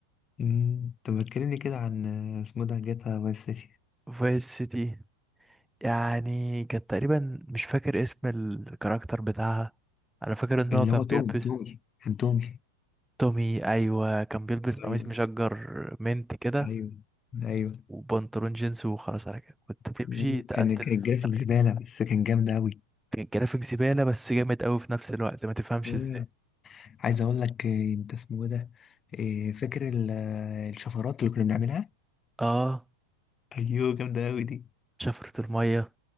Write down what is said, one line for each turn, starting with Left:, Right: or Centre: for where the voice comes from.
Left: مم. طب ما تكلمني كده عن آه، اسمه ده جاتا فايس سيتي
Centre: فايس سيتي يعني كانت تقريبا مش فاكر اسم الكاركتر بتاعها انا فاكر ان
Left: اللي
Centre: هو كان
Left: هو
Centre: بيلبس
Left: تومي تومي كان تومي
Centre: تومي ايوه كان بيلبس قميص
Left: ايوه
Centre: مشجر منت كده
Left: ايوه ايوه
Centre: وبنطلون جينز وخلاص على كده كنت تمشي
Left: مم.
Centre: تقتل
Left: كان كان
Centre: في
Left: الجرافيك
Centre: خلق.
Left: زبالة بس كان جامد أوي
Centre: كان جرافيك زباله بس جامد قوي في نفس الوقت ما تفهمش
Left: مم.
Centre: ازاي
Left: عايز أقول لك آه، أنت اسمه إيه ده آه، فاكر ال- آه، الشفرات اللي كنا بنعملها؟
Centre: اه
Left: أيوه جامدة أوي دي
Centre: شفرة الميه